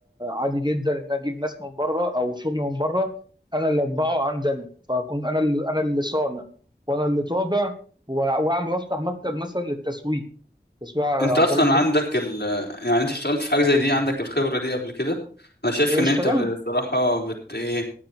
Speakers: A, on the right; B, on the left.
A: عادي جدا ان أنا اجيب ناس من بره او شغل من بره انا اللي اطبعه عندنا فاكون انا اللي انا اللي صانع وانا اللي طابع وع- واعمل وافتح مكتب مثلا للتسويق تسويق عن
B: انت اصلا
A: طريق النت
B: عندك ال يعني انت اشتغلت في حاجة زي دي عندك الخبرة دي قبل كده انا شايف
A: إيه،
B: ان
A: اشتغلت
B: انت بصراحة بت ايه